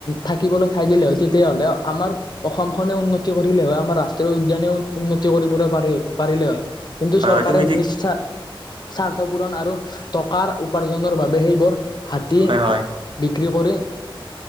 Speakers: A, on the left (about 50°); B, on the right (about 65°).
A: থাকিবলৈ ঠাই দিলে হয়, তেতিয়াহলে আমাৰ অসমখনে উন্নত উন্নতি কৰিলে হয় আমাৰ ৰাষ্ট্ৰীয় উদ্যানেও উন্নতি কৰিবই পাৰিল পাৰিলে হয়, কিন্তু
B: হয়
A: চৰকাৰে
B: হয় তুমি ঠিক
A: নিস্বাথ স্বাৰ্থ পূৰণ আৰু টকাৰ উপাৰ্জনৰ বাবে সেইবোৰ হাতী
B: হয় হয়
A: বিক্ৰী কৰি